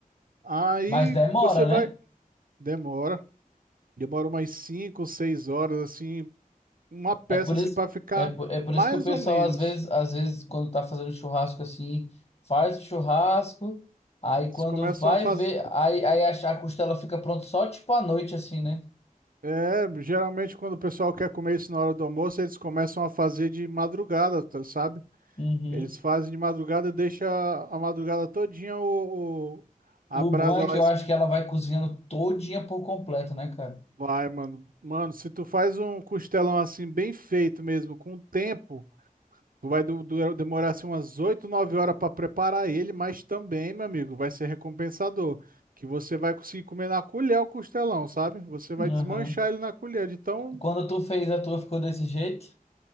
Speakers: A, on the right; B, on the left.
A: Aí
B: Mas demora,
A: você vai,
B: né?
A: demora, demora umas 5 6 horas assim, uma peça
B: É por
A: assim
B: isso,
A: para ficar
B: é por, é por
A: mais
B: isso que o pessoal
A: ou menos.
B: às vezes, às vezes quando tá fazendo churrasco assim, faz o churrasco, aí
A: Eles
B: quando
A: começam
B: vai
A: a fazer
B: ver, aí, aí a, a costela fica pronta só tipo à noite assim, né?
A: É, geralmente quando o pessoal quer comer isso na hora do almoço, eles começam a fazer de madrugada, tá- sabe?
B: Uhum.
A: Eles fazem de madrugada e deixa a madrugada todinha o, o- a
B: O
A: brasa
B: bom é que
A: lá
B: eu
A: esquentar.
B: acho que ela vai cozinhando todinha por completo, né, cara?
A: Vai, mano. Mano, se tu faz um costelão assim bem feito mesmo, com tempo, tu vai du- du- demorar assim umas 8, 9 horas pra preparar ele, mas também, meu amigo, vai ser recompensador, que você vai conseguir comer na colher o costelão, sabe? Você
B: Uhum.
A: vai desmanchar ele na colher de tão
B: Quando tu fez a tua, ficou desse jeito?